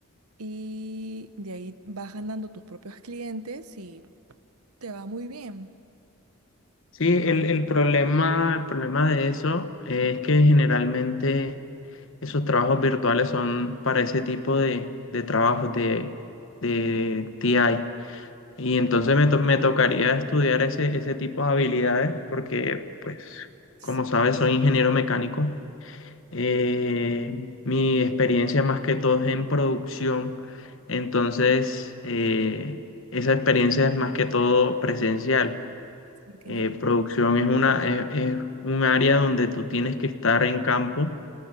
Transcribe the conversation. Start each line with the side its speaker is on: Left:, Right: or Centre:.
Right: y de ahí vas ganando tus propios clientes y te va muy bien.
Left: Sí, el, el problema, el problema de eso es que generalmente esos trabajos virtuales son para ese tipo de, de trabajos de, de TI. Y entonces me, to- me tocaría estudiar ese, ese tipo de habilidades porque, pues,
Right: Sí,
Left: como sabes, soy ingeniero mecánico. Eh, mi experiencia más que todo es en producción. Entonces, eh, esa experiencia es más que todo presencial.
Right: sí, tiene
Left: Eh,
Right: que-
Left: producción es una, es, es un área donde tú tienes que estar en campo